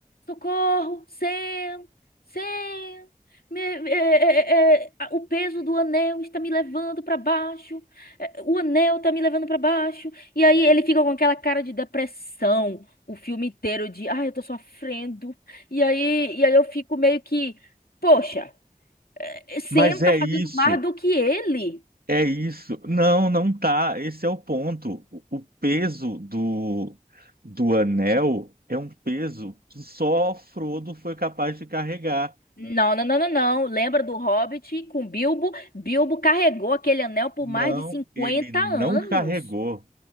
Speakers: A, on the left; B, on the right.
A: Socorro, Sam, Sam. me- é, é, é, é, a- o peso do anel está me levando pra baixo. é, O anel tá me levando pra baixo. E aí ele fica com aquela cara de depressão o filme inteiro de, ai, eu tô sofrendo. E aí, e aí eu fico meio que, poxa. Sam
B: Mas
A: tá
B: é
A: fazendo
B: isso,
A: mais do que ele.
B: é isso. Não, não tá. Esse é o ponto. O, o peso do, do anel é um peso que só Frodo foi capaz de carregar.
A: Não, não, não, não, não. Lembra do Hobbit com Bilbo? Bilbo carregou aquele anel por
B: Não,
A: mais de 50
B: ele não
A: anos.
B: carregou.